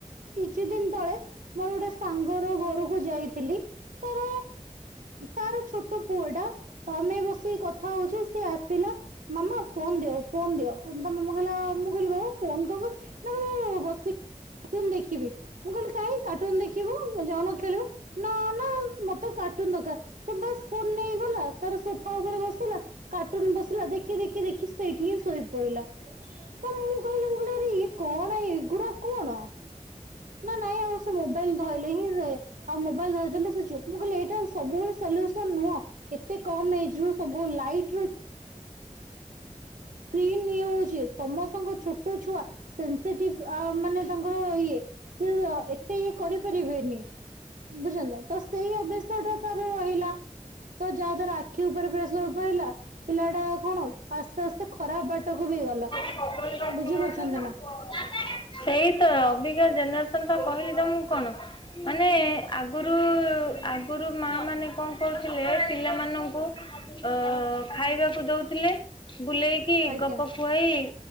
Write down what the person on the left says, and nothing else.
<inaudible> ସେଇ
ତ ଅବିକା ଜନ ତମେ ତ କହିଲି ତମୁକୁ କଣ? ମାନେ ଆଗରୁ ଆଗରୁ ମା ମାନେ କଣ କରୁଥିଲେ ପିଲାମାନଙ୍କୁ ତ ଖାଇବାକୁ ଦଉଥିଲେ। ବୁଲେଇକି
ଗପ କୁହେଇ